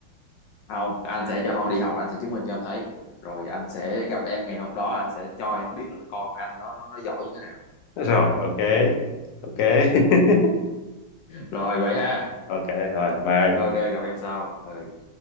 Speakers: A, on the left; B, on the left.
A: không anh sẽ cho con đi học anh sẽ chứng minh cho em thấy rồi anh sẽ gặp em ngày hôm đó anh sẽ cho em biết là con anh nó nó nó giỏi như thế nào
B: Rồi, ok. Ok. <laughs>
A: rồi vậy ha
B: ok rồi bye
A: ok gặp em sau ừ